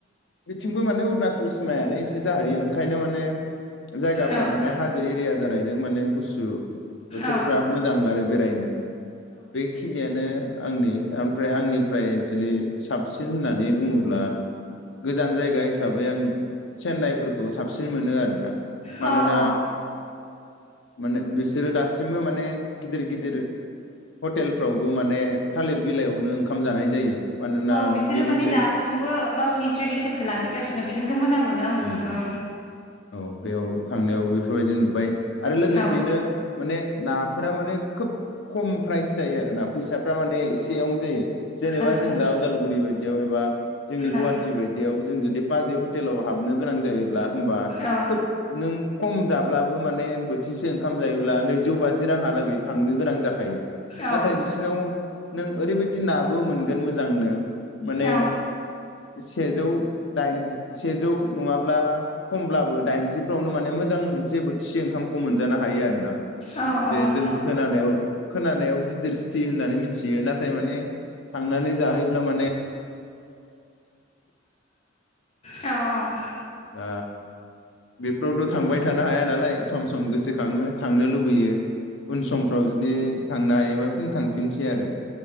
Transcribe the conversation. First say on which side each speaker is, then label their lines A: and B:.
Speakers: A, on the left (about 75°); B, on the left (about 35°).
A: बिथिंबो माने अुरुनाच सुस सिमायानो एसे जाहैयो ओंखायनो माने जायगाफ्रा
B: औ
A: माने
B: औ
A: हाजो एरिया जानाय जों माने गुसु बोथोरफ्रा
B: औ
A: मोजां आरो बेरायनो बेखिनियानो आंनि ओमफ्राय आंनिफ्राय जुदि साबसिन होननानै बुङोब्ला गोजान जायगा हिसाबै आं चेन्नाइफोरखौ साबसिन मोनो आरोना मानोना
B: औ औ
A: <inaudible> मोनो बिसोरो दासिमबो माने गिदिर गिदिर हटेलफ्रावबो माने थालिर बिलाइयावनो ओंखाम जानाय जायो मानोना
B: बिसोरो
A: बेयो मोनसे
B: माने दासिमबो गावसिनि ट्रेडिसनखौ लाखिगासिनो बिसोरनिखौ मोजां मोनो आंबो
A: उम
B: बेखौ
A: औ बेयाव थांनायाव बेफोरबायदि नुबाय आरो लोगोसेयैनो
B: औ
A: माने नाफोरा माने खोब खम प्राइस जायो आरोना फैसाफ्रा माने एसेयावनो जायो जेनेबा
B: आदसा
A: जों दा उदालगुरि बायदियाव एबा जोंनि
B: औ
A: गुवाहाटि बायदियाव जों जुदि बाजै हटेलाव हाबनो गोनां जायोब्ला होमबा
B: औ
A: खोब नों खम जाब्लाबो माने बोथिसे ओंखाम जायोब्ला नैजौ बाजि रांहालागै थांनो गोनां जाखायो खायो नाथाय
B: औ
A: बिसोरनाव नों ओरैबायदि नाबो मोनगोन मोजांनो माने
B: औ
A: सेजौ दाइनजि सेजौ नङाब्ला खमब्लाबो दाइनजिफ्रावनो माने मोजां मोनसे बोथिसे ओंखामखौ मोनजानो हायो आरो ना जे
B: आदसा औ औ औ
A: जों खोनानायाव खोनानायाव गिदिर सिथि होननानै मिथियो ना। थाय माने थांनानै जाहैब्ला माने।
B: औ औ
A: ओ बेफोरावथ' थांबाय थानो हाया नालाय सम सम गोसोखाङो थांनो लुबैयो। उन समफ्राव जुदि थांनो हायोबा। फिन थांफिनसै आरो।